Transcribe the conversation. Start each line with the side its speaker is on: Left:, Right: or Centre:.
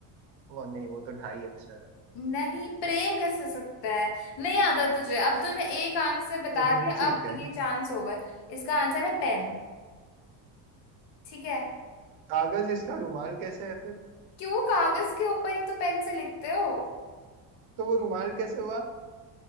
Right: वो नहीं वो तो ढाई अक्षर है
Left: नहीं प्रेम कैसे हो सकता है नहीं आता तुझे अब तूने एक आंसर बता
Right: <laughs>
Left: दिया
Right: ठीक
Left: अब
Right: है
Left: ये चांस ओवर इसका आंसर है पेन ठीक है
Right: कागज इसका रुमाल कैसे है फिर
Left: क्यों कागज के ऊपर ही तो पेन से लिखते हो
Right: तो वो रुमाल कैसे हुआ